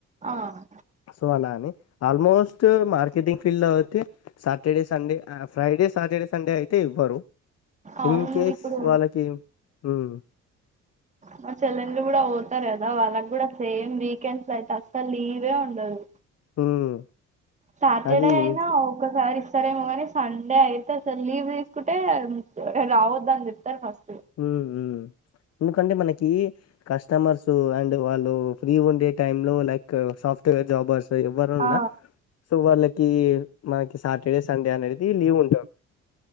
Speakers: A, on the right; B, on the left.
A: ఆహ్
B: సో అలా అని ఆల్మోస్ట్ మార్కెటింగ్ ఫీల్డ్లో అయితే సాటర్డే సండే ఆ ఫ్రైడే సాటర్డే సండే అయితే ఇవ్వరు
A: అవును
B: ఇన్ కేస్
A: ఇప్పుడు
B: వాళ్ళకి ఉమ్మ్
A: మా చెల్లెండు కూడా పోతారు గదా వాళ్ళకి కూడా సేమ్ వీకెండ్స్ అయితే అసలు లీవే ఉండదు
B: ఉమ్
A: సటర్డే
B: అది
A: అయినా
B: ఇన్
A: ఒకసారి ఇస్తారేమో కాని సండే అయితే అసలు లీవ్ తీస్కుంటే రావొద్దని చెప్తారు ఫస్ట్
B: ఉహు ఎందుకంటే మనకి కస్టమర్స్ అండ్ వాళ్ళు ఫ్రీ ఉండే టైమ్‌లో లైక్ సాఫ్ట్వేర్ జాబర్స్ సో ఎవరున్నా
A: ఆ
B: సో వాళ్ళకి మనకి సాటర్డే సండే అనేది లీవ్ ఉ